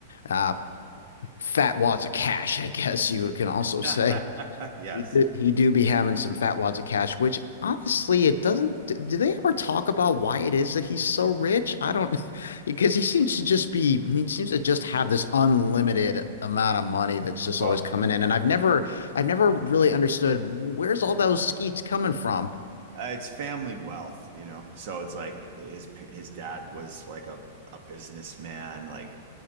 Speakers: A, on the left; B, on the right.
A: uh, fat wads of cash, I guess you can also say.
B: <laughs> Yes.
A: He do, he do be having some fat wads of cash, which honestly, it doesn't. Do they ever talk about why it is that he's so rich? I don't, <laughs> because he seems to just be, he seems to just have this unlimited amount of money that's just
B: Well,
A: always coming in. And I've never, I've never really understood where's all those skeets coming from.
B: uh, it's family wealth, you know. So it's like his his dad was like a a businessman, like,